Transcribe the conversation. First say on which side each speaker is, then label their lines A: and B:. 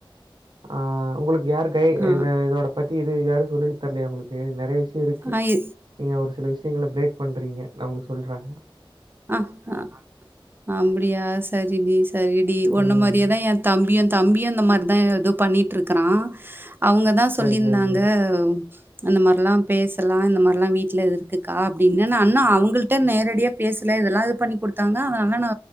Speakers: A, on the right; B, on the right.
A: ஆ உங்குளுக் யாரு கை
B: ஆ.
A: இந்த இதோட பத்தி இது யாரு சொல்லித்தரலயா உங்குளுக்கு நெறய விஷயோ இருக்கு
B: ஆ. இ
A: நீங்க ஒரு சில விஷயங்கள பிரேக் பண்றீங்க நா உ சொல்றே
B: அ அ அப்டியா சரி டி சரி டி உன்ன
A: ம்.
B: மாரியேதா எ தம்பியு தம்பியு அந்த மாரி அதா எதோ பண்ணிட்டு இருக்கிறா அவுங்க தா
A: சரி,
B: சொல்லிந்தாங்க
A: சரி, சரி.
B: அந்த மாரிலா பேசலா இந்த மாரிலா வீட்ல இருக்குக்கா அப்டீனு நா இன்னோ அவுங்கள்ட்ட நேரடியா பேசல இதெல்லா இது பண்ணி குடுத்தாங்க அதனால நா